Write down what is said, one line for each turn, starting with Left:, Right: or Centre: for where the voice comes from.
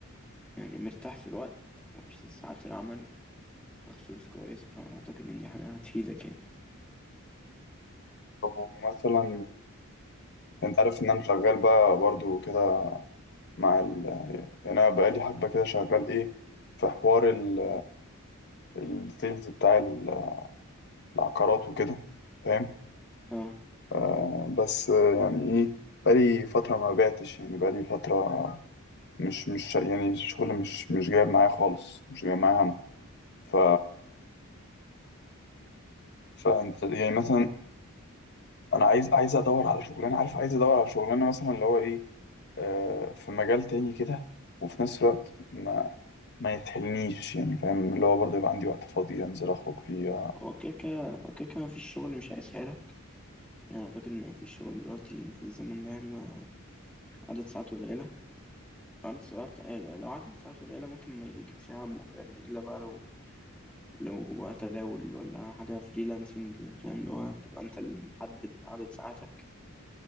Centre: يعني مرتاح في الوقت ومش ساعات العمل تاخد فلوس كويسة فأعتقد إن دي حاجة هتفيدك يعني
Left: طب مثلا انت عارف ان انا شغال بقى برضو كده مع ال... يعني انا بقالي حبه كده شغال ايه في حوار ال- السيلز بتاع ال- العقارات وكده فاهم
Centre: اه
Left: آه بس آه، يعني ايه بقالي فتره ما بعتش يعني بقالي فتره مش مش يعني الشغل مش مش جايب معايا خالص مش جايب معايا هم ف فانت يعني مثلا انا عايز عايز ادور على شغلانه عارف عايز ادور على شغلانه مثلا اللي هو ايه آه في مجال تاني كده وفي نفس الوقت ما ما يتحلنيش يعني فاهم اللي هو برضه يبقى عندي وقت فاضي انزل اخرج فيه
Centre: وكيكة وكيكة مفيش شغل مش هيسهلك يعني أعتقد إن مفيش شغل دلوقتي في الزمن ده يعني ما عدد ساعاته قليلة عدد ساعات آه، لو عدد ساعاته قليلة ممكن ما يجيبش همه فاهمني إلا بقى لو لو تداول ولا حاجة فريلانسنج فاهم اللي هو تبقى أنت اللي محدد عدد ساعاتك